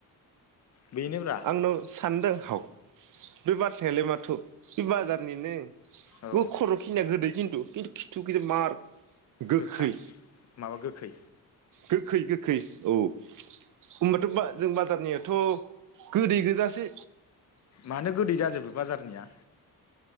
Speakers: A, on the left (about 45°); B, on the right (about 60°).
A: बेनोब्रा
B: आंनाव सानदों हाव बे बाथ्रायालाय माथो बे बाजारनिनो
A: औ
B: ब खर' खिनिया गोदै खिन्थु खिन्थु खिथुखै मार गोखै
A: गोखा माबा गोखै
B: गोखै गो खै औ होनबाथ' बा जों बाजारनिया थ' गोदै गोजासो
A: मानो गोदै जाजोबो बाजारनिया